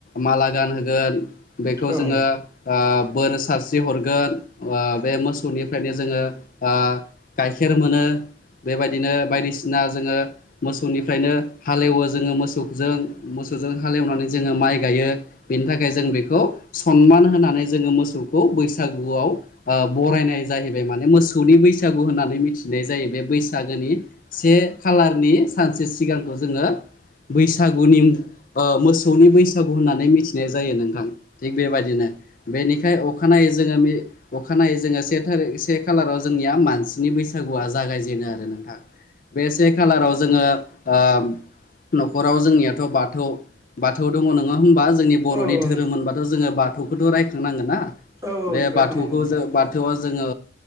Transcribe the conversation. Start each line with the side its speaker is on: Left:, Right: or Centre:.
Left: माला गानहोगोन बेखौ
Right: नोंथां औ
Left: जोङो
Right: नोंथां औ नोंथां औ
Left: ओ बोर सारस्रि हरगोन ओ बे मोसौनिफ्रायनो जोङो गाय गाइखेर मोनो बेबायदिनो बायदिसिना जोङो मोसौनिफ्रायनो हालेवो जोङो मोसौजों मोसौजों हालेवनानै जोङो माइ गायो बेनि थाखाय जों बेखौ सनमान होनानै जोङो मोसौ बैसागुआव ओ बरायनाय जाहैबाय माने मोसौनि बैसागु होननानै मिथिनाय जायो बे बैसागोनि से खालारनि सानसे सिगांखौ जोङो बैसागुनि ओ मोसौनि बैसागु होननानै मिथिनाय जायो नोंथां थिग बेबायदिनो बेनिखाय अखानायै जोङो अखानायै जोङो से थारि से खालाराव जोंनिया मानसिनि बैसागुआ जागायजेनो आरो नोंथां बे से खालाराव जोङो ओ नखराव जोंनियाथ बाथौ बाथौ दङ नोङा होनबा बा जोंनि बरनि
Right: औ
Left: धोरोम
Right: नोंथां
Left: होनबाथ जोङ बाथौखौथ रायखांनांगोन ना बे
Right: औ औ रायखांनांगौ
Left: बाथौखौ
Right: नोंथां
Left: जो बाथौआव जोङो